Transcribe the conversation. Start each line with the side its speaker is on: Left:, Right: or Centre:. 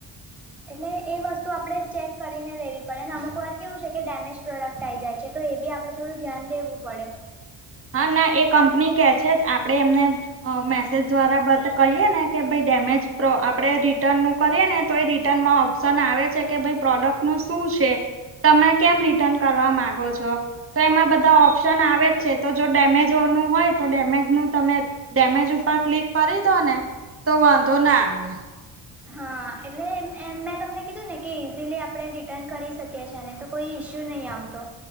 Centre: એટલે એ વસ્તુ આપડણે ચેક કરીને લેવી પડે ને અમુક વાર કેવું છે કે ડેમેજ પ્રોડક્ટ આવી જાય છે તો એ બી આપણે થોડું ધ્યાન દેવું પડે
Right: હા ના એ કંપની કે છે જ આપડે એમને મેસેજ દ્વારા બધ કહીએ ને કે ભાઈ ડેમેજ પ્રો આપણે રિટર્નનું કરીએ ને તો એ રિટર્નમાં ઓપ્શન આવે છે કે ભાઈ પ્રોડક્ટ નું શું છે? તમે કેમ રિટર્ન કરવા માંગો છો તો એમાં બધા ઓપ્શન આવે જ છે તો જો ડેમેજ નું હોય તો ડેમેજ નું તમે ડેમેજ ઉપર ક્લિક કરી દો ને તો વાંધો ના આવે.
Centre: હા એટલે એમ મેં તમને કીધું ને કે ઈઝીલી આપણે રિટર્ન કરી શકીએ છીએ અને તો કોઈ ઇશ્યુ નહીં આવતો